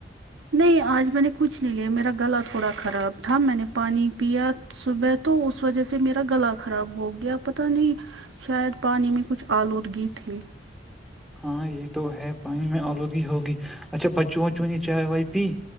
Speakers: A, on the right; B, in the centre.
A: نہیں آج میں نے کچھ نہیں لیا میرا گلا تھوڑا خراب تھا میں نے پانی پیا صبح تو اس وجہ سے میرا گلا خراب ہو گیا پت نہیں شاید پانی میں کچھ آلودگی تھی
B: ہاں یہ تو ہے پانی میں آلودگی ہوگی اچھا بچوں بچوں یہ چائے وائے پی